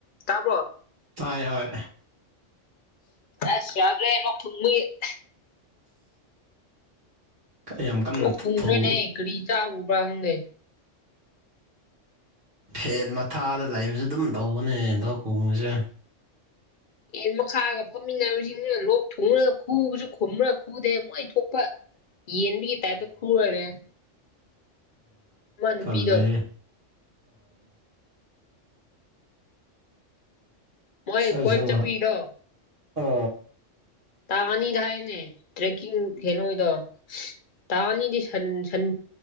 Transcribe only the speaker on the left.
ꯇꯥꯕꯔ
ꯑꯁ꯭ ꯌꯥꯗ꯭ꯔꯦꯅ ꯊ <unintelligible>
ꯑꯣ
ꯄꯔꯅꯦ ꯀꯔꯤ ꯇꯥꯔ ꯎꯕꯪꯒꯦ
ꯑꯦ ꯃꯈꯥꯒ ꯐꯝꯃꯤꯟꯅꯕꯁꯤꯡꯁꯤꯅ ꯂꯣꯛ ꯊꯨꯡꯅꯒ ꯈꯨꯕꯁꯨ ꯈꯨꯝꯕ꯭ꯔꯒ ꯈꯨꯗꯩꯦ ꯃꯛꯣꯏ ꯊꯣꯛꯄ ꯌꯦꯟꯕꯤꯒꯤ ꯇꯥꯏꯕ ꯍꯨꯔꯦ ꯅꯨꯄꯤꯗꯣ
ꯃꯣꯏ
ꯀꯣꯏꯕ ꯆꯠꯄꯒꯤꯗꯣ
ꯇ ꯑꯅꯤꯗ ꯍꯥꯏꯅꯦ ꯇ꯭ꯔꯦꯛꯀꯤ ꯍꯅꯣꯣꯏꯗ ꯇꯥꯅꯤꯗꯤ ꯁꯟ ꯁꯟꯝ